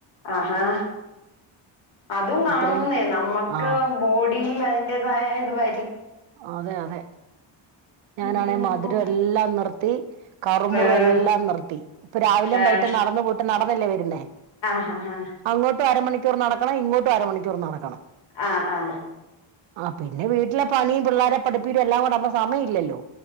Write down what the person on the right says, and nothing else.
ഇത്രയും
ആ
അതെ, അതെ. ഞാനാണെ,
മധുരം എല്ലാം നിർത്തി, കറുമുറു
എല്ലാം നിർത്തി. ഇപ്പൊ രാവിലെ
ട്ട് നടന്ന് പോട്ട് നടന്നല്ലേ വരുന്നേ
അങ്ങോട്ടും അരമണിക്കൂർ നടക്കണം ഇങ്ങോട്ടും അരമണിക്കൂർ നടക്കണം.
ആ പിന്നെ വീട്ടിലെ പണീം പിള്ളേരെ പഠിപ്പീരും എല്ലാം കൂടെ ആവുമ്പോ സമയല്ലല്ലോ